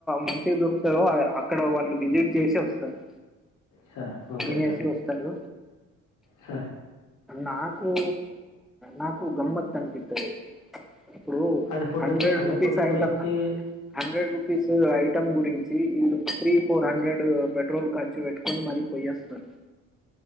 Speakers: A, in the centre; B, on the left (about 90°).
A: మంచిగ దొరుకుతదో అక్కడ వాళ్ళు చేసే వస్తరు
B: సార్ ఓకే
A: తినేసి
B: సార్
A: వస్తరు
B: సార్
A: నాకూ నాకు గమ్మత్ అనిపిత్తది ఇప్పుడు
B: అంటే ఫుడ్
A: హండ్రెడ్
B: గు- అంటే
A: రూపీస్
B: ఫుడ్ గురించి
A: ఐటమ్ హండ్రెడ్ రూపీస్ ఐ టం గురించి వీళ్ళు త్రీ ఫోర్ హండ్రెడ్ పెట్రోల్ ఖర్చు పెట్టుకొన్ మరీ పోయ్య వస్తరు